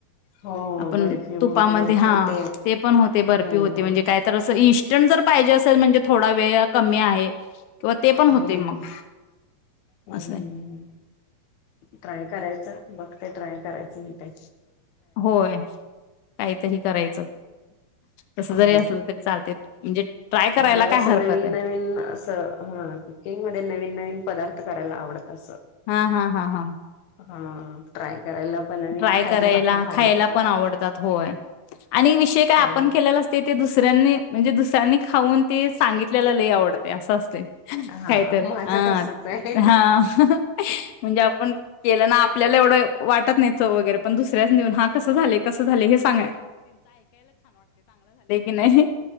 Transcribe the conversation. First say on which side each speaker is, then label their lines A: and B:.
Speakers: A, on the left (about 65°); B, on the left (about 80°).
A: हो हो
B: आपण
A: बर्फी हो
B: तुपामध्ये
A: हो बर्फी
B: हा
A: होते
B: ते पण होते बर्फी
A: हम्म
B: होते ते म्हणजे काय तर अस इन्स्टंट जर पाहिजे असेल म्हणजे थोडा वेळ कमी आहे ते पण
A: हम
B: होते मग
A: हम
B: असं
A: ट्राय करायचं बघते ट्राय करायचं हो ते
B: होय काहीतरी करायचं. तस
A: हो
B: जरी असलं तरी चालतंय. म्हणजे ट्राय करायला
A: मला
B: काय
A: कस
B: हरकत
A: नवीन,
B: आहे
A: नवीन अस ह कुकिंगमध्ये नवीन, नवीन पदार्थ करायला आवडत असतात.
B: हा, हा, हा, हा.
A: हा ट्राय करायला पण आणि
B: ट्राय
A: खायला
B: करायला,
A: पण आवडत
B: खायला पण आवडतात होय आणि विषय काय
A: हा
B: आपण केलेला असतंय ते दुसऱ्यांनी म्हणजे दुसऱ्यांनी खाऊन ते सांगितलेल लई आवडतंय असं असतंय.
A: हा
B: काही तर
A: माझं
B: हा,
A: तसच आहे
B: हा. म्हणजे आपण केलं ना आपल्याला एवढं वाटत नाही चव वगैर पण दुऱ्याच नेऊन हा कसं झालंय, कसं झालंय हे सांगय नाही